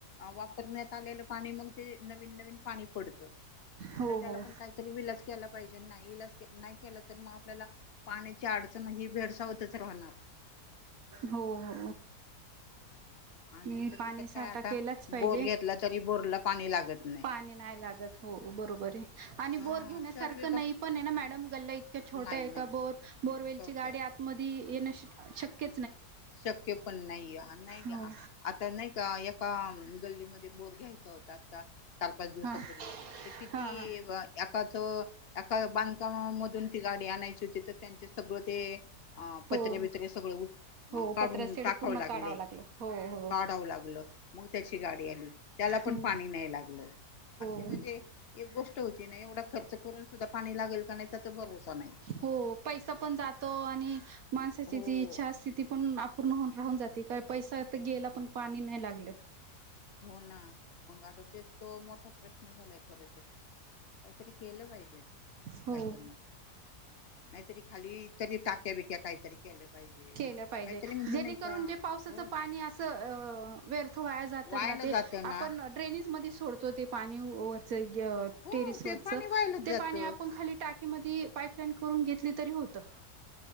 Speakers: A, on the left; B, on the right.
A: वापरण्यात आलेलं पाणी मग ते भन विन पणीि पडत आता
B: हो हो
A: त्याला पण काहीतरी विलास केला पाहिजे नाही विलास नाही केलं तर म आपल्याला पाण्याची अडचण ही भेडसावतच राहणार
B: हो हो
A: आणि
B: मी
A: तस
B: पाणी
A: तर
B: साठा
A: काय आता
B: केलाच पाहिजे.
A: बोर घेतला तरी बोरला पाणी लागत
B: पाणी नाही लागत हो बरोबर आहे आणि
A: हा
B: बोर घेण्यासारखं
A: शहर विभाग
B: नाही पण आहे ना मॅडम गल्ल्या इतक्या छोट्या
A: नाही
B: एका
A: नाही
B: बोर बोरवेलची
A: छोटे
B: गाडी आतमध्ये येण शक्य
A: शक्य पण नाही आहे नाही का
B: हो
A: आता नाही का एका गल्लीमध्ये बोर घ्यायचा होता आता चार पाच दिवसापूर्वी
B: हा
A: ते किती
B: हा हा
A: एकाच एका बांध मधून ती गाडी आणायची होती तर त्यांचे सगळं ते अ पत्रे
B: हो
A: बितरे सगळ
B: हो
A: काढून
B: पत्रसेड
A: टाका
B: पूर्ण
A: लागले
B: काढावं लागलं हो हो
A: काढाव लागलं मग त्याची गाडी आली त्याला
B: हो
A: पा नाही लाग म्हणजे
B: हो
A: गोष्ट व खर्च करून सुद्धा पाणी लागेल का नाही त्याचा भरोसा नाही
B: हो पैसा पण जातो आणि माणसाची
A: हो
B: जी इच्छा असते ती पण अपूर्ण हो राहून जाते काय पैसा तर गेला पण पाणी नाही लागलं
A: हो ना मग आता ते तो मोठा प्रश्न झालाय खर तरच काहीतरी केलं पाहिजे
B: हो
A: बायकांना नाहीहीतरी खाली तरी टाक्या बिक्या काहीतरी केल्या पाहिजेत
B: केलं पाहिजे
A: काहीतरी म्हणजे
B: जेणेकरून
A: नाही का
B: जे पावसाच
A: हो
B: पाणी असं व्य व जात
A: वायला
B: ना ते
A: जात ना
B: आपण ड्रेनेज मध्ये सोडतो ते पाणी वरच
A: हो
B: टेरस
A: ते
B: वरच
A: पाणी वायलाच
B: ते
A: जात
B: पाणी आपण खाली टाकी सेंड करून घेतली तरी होतं